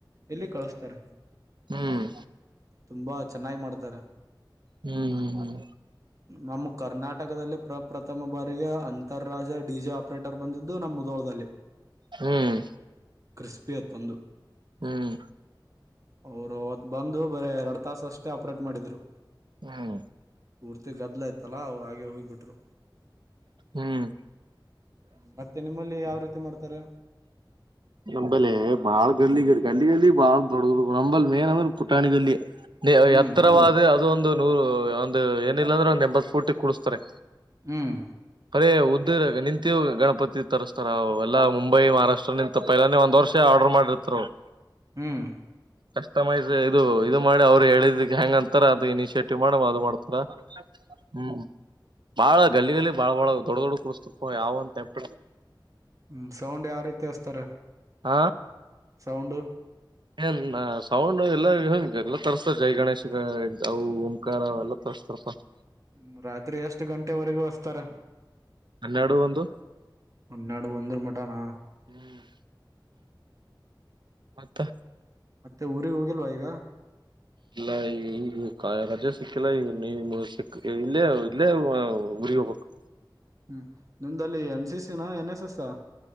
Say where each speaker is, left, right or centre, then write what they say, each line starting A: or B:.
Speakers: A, on the right; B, on the right.
A: ಎಲ್ಲಿ ಕಳಸ್ತಾರೆ
B: ಹ್ಮ್
A: ತುಂಬಾ ಚೆನ್ನಾಗಿ ಮಾಡ್ತಾರ
B: ಹ್ಮ್ ಹ್ಮ್
A: ನಮ್ಮ ಕರ್ನಾಟಕದಲ್ಲಿ ಪ್ರಪ್ರಥಮ ಬಾರಿಗೆ ಅಂತರ್ರಾಜ ಡಿಜೆ ಆಪ್ರೇಟರ್ ಬಂದಿದ್ದು ನಮ್ಮ ಮುದೋಳದಲ್ಲಿ.
B: ಹ್ಮ್
A: ಕ್ರಿಸ್ಪಿಯತ್ತೊಂದು
B: ಹ್ಮ್
A: ಅವ್ರು ಅವತ್ತು ಬಂದು ಬರೆ ಎರಡು ತಾಸ ಅಷ್ಟೇ ಆಪ್ರೇಟ್ ಮಾಡಿದ್ರು
B: ಹ್ಮ್
A: ಪೂರ್ತಿ ಗದ್ಲಯ್ತಲ್ಲಾ ಅವ ಹಾಗೆ ಹೋಗಿಬಿಟ್ರು.
B: ಹ್ಮ್
A: ಹ್ಮ ಮತ್ತೆ ನಿಮ್ಮಲ್ಲಿ ಯಾವ ರೀತಿ ಮಾಡ್ತಾರೆ.
B: ನಂಬಲ್ಲಿ ಬಾಳ್ ಗಲ್ಲಿ ಗ ಗಲ್ಲಿ ಗಲ್ಲಿ ಬಾಳ ದೊಡ್ಡ ದೊಡ್ಡ ನಂಬಲ್ಲಿ ಮೇನ್ ಅಂದ್ರ ಕುಟ್ಟಾಣಿಗಲ್ಲಿ
A: ಹ್ಮ್
B: ಎತ್ತರವಾದ ಅದು ಒಂದು ನೂರು ಒಂದು ಏನಿಲ್ಲ ಅಂದ್ರ ಒಂದ್ ಎಂಬತ್ ಪೂಟಿಗ್ ಕೂಡಸ್ತಾರೆ
A: ಹ್ಮ್
B: ಪದೆ ಉದ್ದ ನಿಂತಿರುವ ಗಣಪತಿ ತರಿಸ್ತಾರ ಅವ ಎಲ್ಲ ಮುಂಬೈ ಮಹಾರಾಷ್ಟ್ರ ನಿಂತ ಪೈಲಾನೆ ಒಂದ್ ವರ್ಷ ಆರ್ಡರ್ ಮಾಡಿರ್ತಾರ್ ಅವ್ರ
A: ಹ್ಮ್
B: ಕಸ್ಟಮೈಸ್ ಇದು ಇದು ಮಾಡಿ ಅವ್ರು ಹೇಳಿದಕ್ಕೆ ಹೆಂಗ ಅಂತಾರ ಅದು ಇನಿಶಿಯೇಟಿವ್ ಮಾಡ ಅದು ಮಾಡ್ತಾರ ಹ್ಮ್ ಬಾಳ ಗಲ್ಲಿಗಲ್ಲಿಗ್ ಬಾಳ್ ಬಾಳ ದೊಡ್ಡ ದೊಡ್ಡ ಕೂರ್ಸ್ತಪ್ಪ ಯಾವಂತೆಂಪ
A: ಹ್ಮ್ ಸೌಂಡ್ ಯಾವ ರೀತಿ ಹಸ್ತಾರ
B: ಆ
A: ಸೌಂಡು
B: ಏನ್ ಸೌಂಡ್ ಎಲ್ಲ ಹಂ ಎಲ್ಲಾ ತರ್ಸ್ತಾರೆ ಜೈ ಗಣೇಶ್ ಅವು ಓಂಕಾರ ಅವೆಲ್ಲ <inaudible>
A: ಹ್ಮ ರಾತ್ರಿ ಎಷ್ಟ್ ಗಂಟೆವರೆಗೂ ಹಸ್ತಾರ
B: ಹನ್ನೆರಡು ಒಂದು
A: ಹನ್ನೆರಡು ಒಂದರ್ಮಟ ಅಣ್ಣ
B: ಹ್ಮ್ ಮತ್ತ
A: ಮತ್ತೆ ಊರಿಗೆ ಹೋಗಿಲ್ವಾ ಈಗ
B: ಇಲ್ಲ ಈ ಈಗ ರಜೆ ಸಿಕ್ಕಿಲ್ಲ ಈ ನೀವು ಸಿ ಇಲ್ಲೇ ಇಲ್ಲೇ ಊರಿಗ್ ಹೋಗ್ಬೇಕು
A: ಹ್ಮ್ ನಿಮ್ದಲ್ಲಿ N C C no N S S.